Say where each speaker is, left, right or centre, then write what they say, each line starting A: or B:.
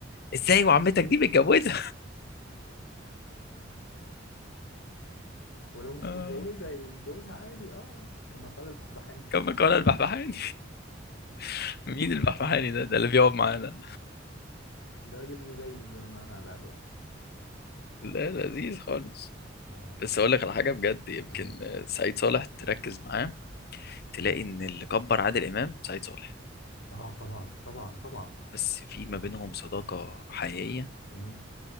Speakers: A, on the left; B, on the left.
A: ازاي وعمتك دي متجوزه
B: ولو مش
A: آه.
B: متجوزة هيتجوزها عادي اه كما قال البحبحاني
A: كما قال البحبحاني <laughs> مين البحبحاني ده ده اللي بيقعد معانا
B: ده راجل مزين بيقعد معانا على القهوة
A: لا لذيذ خالص
B: اه
A: بس اقول لك على حاجه بجد يمكن
B: ايه
A: سعيد صالح تركز معاه تلاقي ان اللي كبر عادل امام سعيد صالح
B: اه طبعا طبعا طبعا
A: بس في ما بينهم صداقه حقيقيه
B: مم.